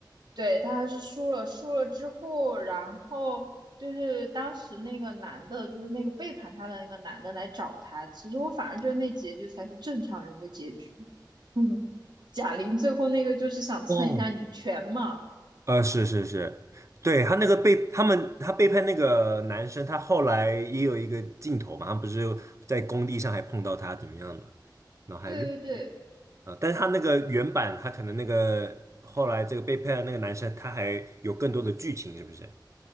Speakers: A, on the right; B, on the right.
A: 对，她还是输了，输了之后，然后就是当时那个男的，就是那个背叛她的那个男的来找她。其实我反而觉得那结局才是正常人的结局。嗯，贾玲最后那个就是想蹭一下女权嘛。
B: 哦，呃，是是是，对，他那个背，他们他背叛那个男生，他后来也有一个镜头嘛，他不是在工地上还碰到他怎么样的，然后还认，
A: 对对对，
B: 啊，但是他那个原版，他可能那个后来这个背叛的那个男生，他还有更多的剧情，是不是？